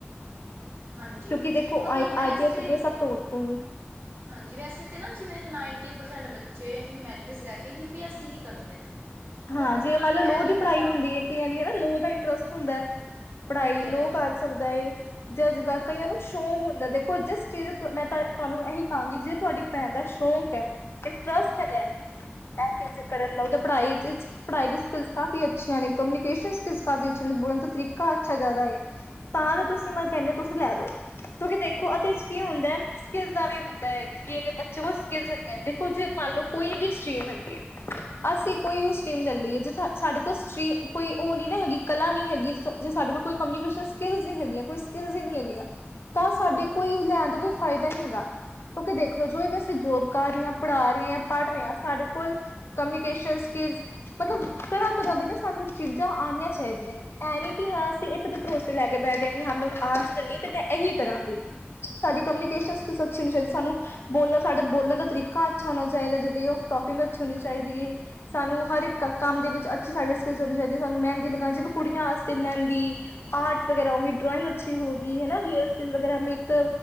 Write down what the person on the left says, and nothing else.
ਕਿਉਂਕਿ ਦੇਖੋ
ਆਈ
ਆਈ ਪੀ ਐਸ ਵੇ, ਸਭ ਤੋ ਉੱਤੇ ਵੇ।
ਹਾਂ,
ਜੇ ਮੰਨ
ਲੋ,
ਲੌ
ਦੀ
ਪੜ੍ਹਾਈ ਹੁੰਦੀ ਏ, ਕਈਆਂ ਦੀ ਹਨਾ ਲੌ ਦਾ ਇੰਟਰਸਟ ਹੁੰਦਾ ਏ। ਪੜ੍ਹਾਈ
ਲੌ
ਕਰ
ਸਕਦਾ ਏ, ਜਾਂ ਜਿੱਦਾਂ
ਕਈਆਂ ਨੂੰ ਸ਼ੌਕ ਹੁੰਦਾ ਦੇਖੋ, ਜਿਸ ਚੀਜ਼ ਮੈਂ ਤੁਹਾਨੂੰ ਐਹੀ ਕਹਾਂਗੀ, ਜੇ ਤੁਹਾਡੀ ਭੈਣ ਦਾ ਸ਼ੌਂਕ ਏ। ਇਨਟਰਸਟ ਹੈਗਾ, ਐ ਚੀਜ ਕਰਨ ਦਾ ਓ ਤੇ ਪੜ੍ਹਾਈ ਤੇ ਇਦੇ ਪੜ੍ਹਾਈ ਦੇ ਸਕਿਲਸ ਕਾਫੀ ਅੱਛੀਆਂ ਨੇ, ਕਮਿਊਨੀਕੇਸ਼ਨ ਸਕਿਲਸ ਕਾਫੀ ਅਛੀਆਂ ਨੇ, ਬੋਲਨ ਦਾ ਤਰੀਕਾ ਅੱਛਾ ਜੇਆਦਾ ਏ। ਤਾਂ ਤੁਸੀਂ ਮੈਂ ਕਹਿੰਦੇ ਹੋ ਤੁਸੀਂ ਲੈ ਦੋ, ਕਿਉਂਕਿ ਦੇਖੋ ਉਦੇ ਚ ਕੀ ਹੁੰਦਾ ਏ। ਸਕਿਲੇਸ ਦਾ ਵੀ ਹੁੰਦਾ ਏ, ਕਿ ਇਦੇ ਬੱਚੇ ਸਕਿਲਸ ਹੈਗੀਆਂ, ਦੇਖੋ ਜੇ ਮੰਨ ਲਓ ਕੋਈ ਵੀ ਸਟਰੀਮ ਹੈਗੀ ਏ। ਅਸੀਂ ਕੋਈ ਵੀ ਸਟਰੀਮ ਲੈ ਲਈਏ, ਜਿੱਥੇ ਸਾਡੇ ਕੋਲ ਸਟਰੀਮ ਕੋਈ ਓ ਨੀ ਨਾ ਹੈਗੀ, ਕਲਾ ਨਹੀਂ ਹੈਗੀ ਜ ਜੇ ਸਾਡੇ ਕੋਲ ਕੋਈ ਕਮਿਊਨੀਕੇਸ਼ਨ ਸਕਿਲਸ ਨੀ ਹੈਗੀਆਂ, ਕੋਈ ਸਕਿਲਸ ਹੀ ਨੀ ਹੈਗੀਆਂ, ਤਾਂ ਸਾਡੇ ਕੋਈ ਲੈਨ ਦਾ ਕੋਈ ਫਾਏਦਾ ਨਈ ਹੈਗਾ। ਕਿਉਂਕਿ ਦੇਖ ਲਓ, ਜੋ ਵੀ ਅਸੀਂ ਜੋਬ ਕਰ ਰੇਅ ਆਂ, ਪੜ੍ਹਾ ਰੇਆ ਜਾਂ ਪੜ੍ਹ ਰੇਆ ਸਾਡੇ ਕੋਲ ਕਮਿਨੀਕੇਸ਼ਨ ਸਕਿਲਸ ਮਤਲਬ ਤਰ੍ਹਾਂ - ਤਰ੍ਹਾਂ ਦੀ ਨਾ, ਸਾਨੂੰ ਚੀਜ਼ਾਂ ਆਨੀਆਂ ਚਾਹੀਦੀਆਂ ਨੇ। ਐ ਨੀ ਕਿ ਹਾਂ, ਅਸੀਂ ਏਕ ਤੇ ਭਰੋਸੇ ਲੈ ਕੇ ਬੇਅ ਗੇਆ, ਕਿ ਹਾਂ ਮੈਨੂੰ ਆਰਟਸ ਲਲੀਏ ਤੇ ਮੈਂ ਏਹੀ ਕਰਾਂਗੀ। ਸਾਡੀ ਕਮਿਨੀਕੇਸ਼ਨ ਸਕਿਲਸ ਬਸ ਅੱਛੀ ਹੋਨੀ ਚਾਹੀਦੀ ਸਾਨੂੰ। ਬੋਲਨ ਸਾਡਾ ਬੋਲਨ ਦਾ ਤਰੀਕਾ ਅੱਛਾ ਹੋਨਾ ਚਾਹੀਦਾ। ਤੇ ਵੇ ਆਫ ਟੋਕਿੰਗ ਅੱਛੀ ਹੋਨੀ ਚਾਹੀਦੀ ਏ। ਸਾਨੂੰ ਹਰ ਇੱਕ ਕੰਮ ਦੇ ਵਿੱਚ ਅੱਛੀ ਸਾਰੀਆਂ ਸਕਿਲਸ ਹੋਨੀ ਚਾਹੀਦੀਆਂ। ਸਾਨੂੰ ਮਹਿੰਦੀ ਲਗਾਨੀ ਚਾਈ ਵੇ, ਕੁੜੀਆਂ ਆਸਤੇ ਮਹਿੰਦੀ ਆਰਟਸ ਵਗੈਰਾ ਹੋਗੀ, ਡਰੋਇਗ ਅੱਛੀ ਹੋਗੀ ਹਨਾ। ਹੇਅਰ ਸਟਾਈਲ ਵਗੈਰਾ ਮੇਕ